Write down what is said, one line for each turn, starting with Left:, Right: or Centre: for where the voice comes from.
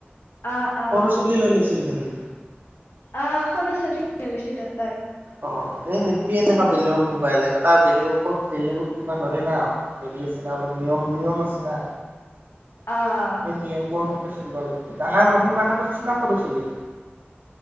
Left: অহ
Right: পৰছোৱালী লৈ লৈছিল নেকি?
Left: অঁ সৰু ছোৱালী লৈ লৈছিল। <unintelligible>
Right: অঁ এই নিদিবি এনেকা বেলেগক মোবাইল, এনেকা বেলেগক ক'ত বেলেগক কিবা ধৰে না। অলপ নিয়ম নিয়ম আছে না
Left: অহ
Right: এই নিয়মবোৰ। চলিব লাগিব ডাঙৰ মানুহে মানে কৰছ না সৰু ছোৱালী